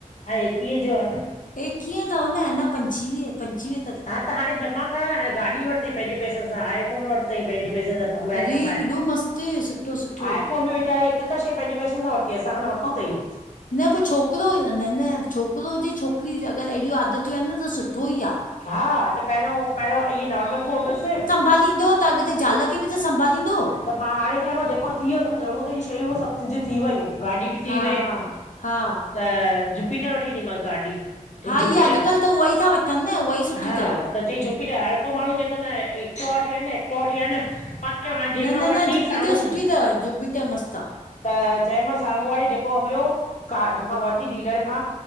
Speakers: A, on the left; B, on the left.
A: हा एकवीहं जो आ न।
B: एकवीअ जो तव न अञा पंजवीह पंजवीह
A: हा त हाणे जमा करन हाणे गाॾी वरितईं पंहिंजे पैसन सां, आई फ़ोन वरितईं पंहिंजे पैसन सां, कमाए
B: अरे
A: कमाए!
B: केॾो मस्तु सुठो सुठो
A: आईफ़ोन बि वी चाहे हिकु-हिकु शइ पंहिंजेै पैसनि सां वरती आ, असांखा न वरतो तईं।
B: न पोइ छोकिरो न-न छोकिरो हुजे, छोकिरी हुजे अगरि अहिॾियूं आदतियूं आहिनि न त सुठो ई आ।
A: हा त पहिरों पहिरियों इएं नॉर्मल फ़ोन हुयसि
B: बलींदो त अॻिते ज़ाल खे बि त संभालींदो।
A: त मां हाणे चयोमसि जेको थी वियो तोखे ज़रूरत जी शयूं सभुिु तुंजी थी वयूं। गाॾी बि थी
B: हा
A: वये
B: हा हा
A: त जुपीटर वठी ईंनीमांसि गाॾी। चईं
B: हा
A: जुपिटर,
B: इहा अॼुकल्ह त उहा ई था वठनि न उहा ई सुठी
A: हा
B: अथव
A: त चईं जु हर को माण्हू चए थो न एक्टिवा वठी आ न एक्टिवा वठी आ न जंहिंखां
B: न न
A: वरिती
B: न जूपीटर
A: साम्हूंसि
B: सुठी अथव, जुूपीटर मस्तु आ।
A: त चयमांस साम्हूं वारे जेको हुयो कार जंहिंखां वरती डीलर खां